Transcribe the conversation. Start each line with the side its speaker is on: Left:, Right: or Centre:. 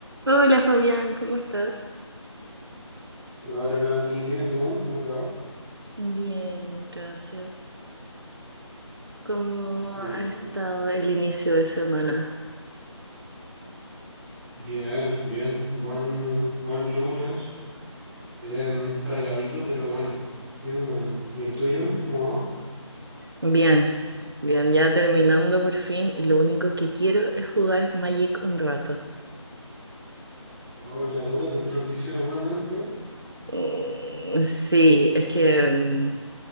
Right: Hola Fabián, ¿cómo estás?
Centre: Hola Nati, bien, ¿y tú? ¿Cómo te va?
Right: Bien, gracias. ¿Cómo
Centre: Bueno,
Right: ha estado el inicio de semana?
Centre: bien, bien. Buen, buen lunes. Em, cargadito, pero bueno. Bien bueno. ¿Y el tuyo? ¿Cómo va?
Right: Bien, bien, ya terminando por fin y lo único que quiero es jugar Magic un rato.
Centre: No, y la dura, ¿te entró el vicio nuevamente?
Right: Mm, sí, es que mm,